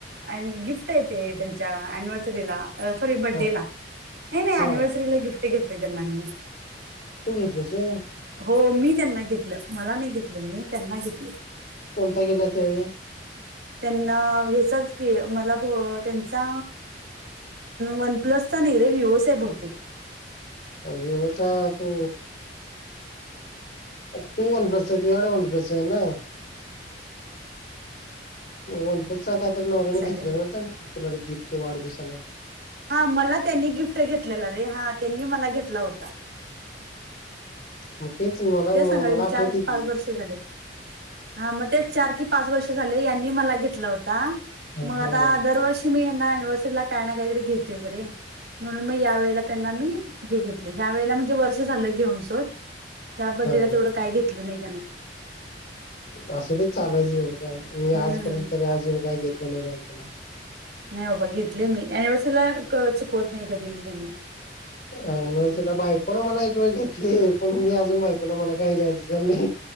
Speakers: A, on the right; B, on the left.
A: अ गिफ्ट आहे ते त्यांच्या अनिव्हर्सरीला. सॉरी बडडेला
B: हा
A: नाही नाही
B: हा
A: अनिव्हर्सरीला गिफ्ट घेते त्यांना मी ना.
B: तू घेतलेच आहे.
A: हो मी त्यांना घेतलं मला नाही घेतलं मी त्यांना घेतली.
B: कोणता गेलाच त्यावजी.
A: त्यांना हचाच की मला त्यांचा वनप्लसचा नेरे व्ह्यू साब होते.
B: अगे होता तो. तू वन प्लस आहे तु याड वन प्लस आहे ना. वनपतचा काय तर नवऱ्याने
A: असा
B: घेतलेला
A: आहे रे
B: नत तुलाडे गिफ्ट वाढदिवसाला.
A: हा मला त्यांनी गिफ्ट घेतलेला रे हा त्यांनी मला घेतला होता.
B: <inaudible> तेच मला
A: ते सांगाले
B: मला
A: म
B: आठवते
A: चार की पाच, वर्ष झाले हा मग ते चार की पाच वर्ष ते झाला याईनी मला घेतला होता
B: हा
A: मंग
B: हा
A: आता दरवर्षी मी अनिव्हर्सरीला काय काहीतरी घेते रे म्हणून, मग या वेळेला त्यांना मी हे घेतले ह्या वेळेला म्हणजे वर्ष झालं घेऊन सोड ह्या बडडेला
B: हा
A: तेवढं काय घेतलं नाही. ये.
B: असच चालायचं एवढं काय मी
A: हम्म.
B: आजपर्यंत अजून काही घेतलं नाही बायकला.
A: नाही बाबा घेतले मी अनिव्हर्सरीला चुकवत नाही कधी मी त्यांना.
B: अ न बायकोन मला एक वेळ घेतली पण मी अजून बायकोन मला काय घ्यायचं झाललं.